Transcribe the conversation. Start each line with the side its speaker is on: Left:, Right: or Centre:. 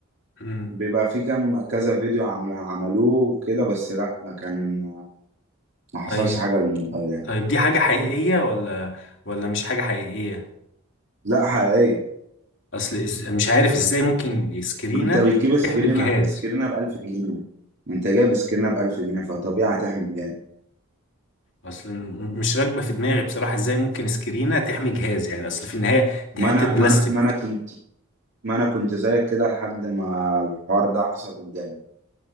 Left: مم.
Right: بيبقى في كم كذا فيديو عم- عملوه كده بس لا ما كان ما حصلش
Left: طيب
Right: حاجة للموبايل يعني
Left: طيب دي حاجه حقيقيه ولا ولا مش حاجه حقيقيه
Right: لا حقيقية
Left: اصل إز... مش عارف ازاي ممكن سكرينه
Right: ما انت بتجيب سكرينة
Left: تحمي الجهاز
Right: سكرينة ب 1000 جنيه ما انت جايب سكرينة ب 1000 جنيه فطبيعي هتحمل جامد
Left: اصل م- مش راكبه في دماغي بصراحه ازاي ممكن سكرينه تحمي جهاز يعني اصل في النهايه دي
Right: ما
Left: حته
Right: انا
Left: بلاستيك
Right: ما انا ما انا كنت ما انا كنت زيك كده لحد ما الحوار ده حصل قدامي